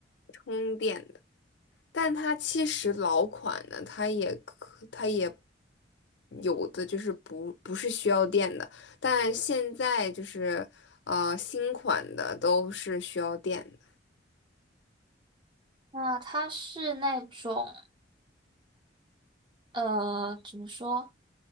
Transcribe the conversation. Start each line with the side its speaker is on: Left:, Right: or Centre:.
Left: 充电的。但它其实老款的，它也可，它也有的就是不不是需要电的，但现在就是呃新款的都是需要电的，
Right: 那它是那种呃怎么说？